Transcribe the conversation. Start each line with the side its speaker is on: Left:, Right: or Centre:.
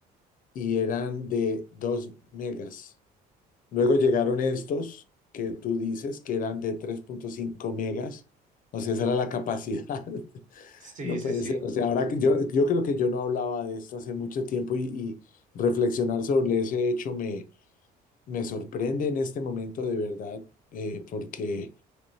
Left: y eran de dos megas. Luego llegaron estos que tú dices que eran de tres punto cinco megas. O sea, esa era la capacidad. <laughs>
Right: sí,
Left: No
Right: sí,
Left: puede
Right: sí.
Left: ser, o sea, ahora que yo, yo creo que yo no hablaba de esto hace mucho tiempo y, y reflexionar sobre ese hecho me, me sorprende en este momento de verdad, eh, porque,